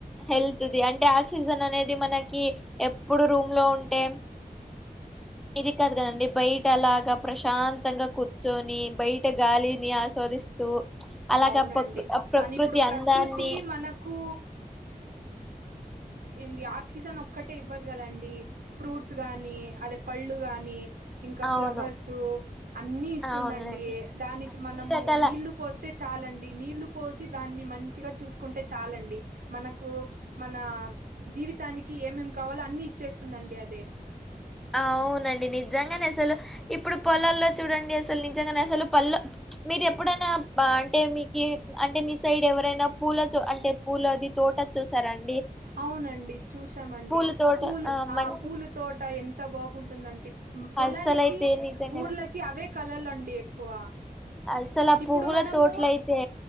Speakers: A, in the centre; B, on the right.
A: హెల్త్ ది అంటే ఆక్సిజన్ అనేది మనకి ఎప్పుడు రూమ్ లో ఉంటే ఇది కాదు కదండి బయట అలాగా ప్రశాంతంగా కూర్చొని బయట గాలిని ఆస్వాదిస్తూ అలాగ
B: అవునండి
A: ప్రకృ ప్రకృతి
B: కానీ ఇప్పుడు
A: అందాన్ని
B: ప్రకృతి మనకు ఏంది ఆక్సిజన్ ఒక్కటే ఇవ్వదు కదండి ఫ్రూట్స్ గానీ అదే పళ్ళు గాని ఇంకా
A: అవును
B: ఫ్లవర్సు అన్నీ ఇస్తుందండి
A: అవునులేండి
B: దానికి
A: అన్ని
B: మనము
A: రకాల
B: నీళ్లు పోస్ చాలండి నీళ్లు పోసి దాన్ని మంచిగా చూసుకుంటే చాలండి. మనకు మన జీవితానికి ఏమేం కావాలో అన్ని ఇచ్చేస్తుందండి అదే
A: అవునండి నిజంగనే అసలు ఇప్పుడు పొలాల్లో చూడండి అసలు నిజంగానే అసలు పల మీరు ఎప్పుడైనా అంటే మీకీ అంటే మీ సైడ్ ఎవరైనా పూల అంటే పూలది తోట చూసారం
B: అవునండి చూసామండి
A: పూల తోట
B: పూలు
A: మంచి
B: ఆ పూల తోట ఎం త బాగుంటుందంటె మ్ పొలానికి
A: అస్సలైతే నిజంగా
B: ఊర్లకి అవే కలలండి ఎక్కువ
A: అసలు ఆ
B: ఇప్పుడు
A: పువ్వుల
B: మనము
A: తోటలు అయితే